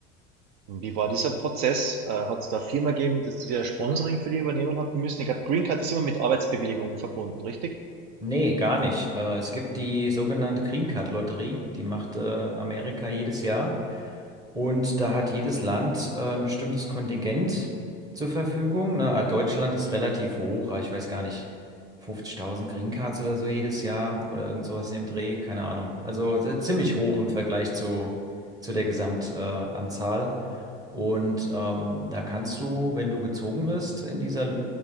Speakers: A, on the right (about 70°); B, on the right (about 15°).
A: Wie war dieser Prozess? Äh, hat es da eine Firma gegeben, dass die das Sponsoring für dich übernehmen hat müssen? Ich glaube, Green Card ist immer mit Arbeitsbewilligung verbunden, richtig?
B: Nee, gar nicht. Äh, es gibt die sogenannte Green Card Lotterie, die macht äh, Amerika jedes Jahr. Und da hat jedes Land äh, ein bestimmtes Kontingent zur Verfügung. Ne? Äh, Deutschland ist relativ hoch, äh, ich weiß gar nicht, 50.000 Green Cards oder so jedes Jahr oder irgend sowas in dem Dreh, keine Ahnung. Also äh, ziemlich hoch im Vergleich zu, zu der Gesamtanzahl. Äh, Anzahl. Und ähm, da kannst du, wenn du gezogen wirst in dieser